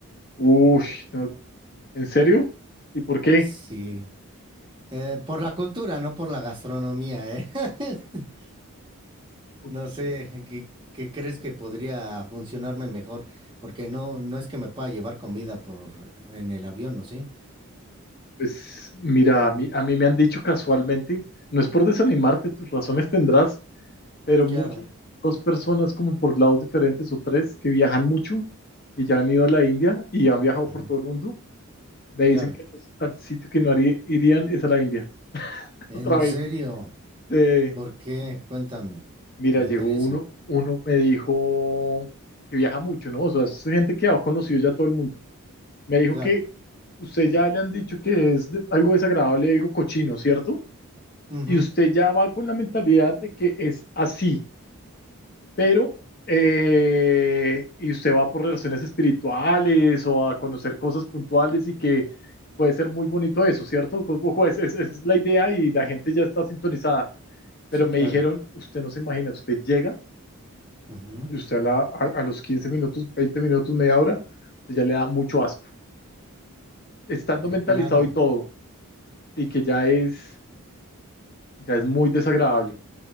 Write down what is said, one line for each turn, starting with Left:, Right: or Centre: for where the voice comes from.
Left: Uy, no, ¿en serio? ¿Y por qué?
Right: Sí. Eh, por la cultura, no por la gastronomía, ¿eh? <laughs>
Left: Ok,
Right: No sé, ¿qué, qué crees que podría funcionarme mejor? Porque no, no es que me pueda llevar comida por en el avión, ¿o sí?
Left: Pues mira, a mí, a mí me han dicho casualmente, no es por desanimarte, tus razones tendrás, pero
Right: Claro,
Left: muchas, dos personas como por lados diferentes o tres que viajan mucho y ya han ido a la India y han viajado por
Right: ujú,
Left: todo el mundo, me dicen
Right: claro.
Left: que los- al sitio que no haría- irían es a la India. <laughs>
Right: ¿En
Left: Otra vez.
Right: serio?
Left: eh,
Right: ¿Por qué? Cuéntame.
Left: Mira,
Right: Me
Left: llegó
Right: interesa.
Left: uno, uno me dijo que viaja mucho, ¿no? O sea, es gente que ha conocido ya todo el mundo. Me dijo
Right: Claro.
Left: que usted ya le han dicho que es de- algo desagradable, algo cochino, ¿cierto?
Right: Ujú,
Left: Y usted ya va con la mentalidad de que es así, pero, eh, y usted va por relaciones espirituales o a conocer cosas puntuales y que puede ser muy bonito eso, ¿cierto? Co- co- es- es- Esa es la idea y la gente ya está sintonizada. Pero
Right: Sí,
Left: me
Right: claro.
Left: dijeron, usted no se imagina, usted llega.
Right: Ujú,
Left: Y usted a, la- a- a los 15 minutos, 20 minutos, media hora, pues ya le da mucho asco. Estando
Right: De
Left: mentalizado
Right: plano.
Left: y todo, y que ya es, ya es muy desagradable.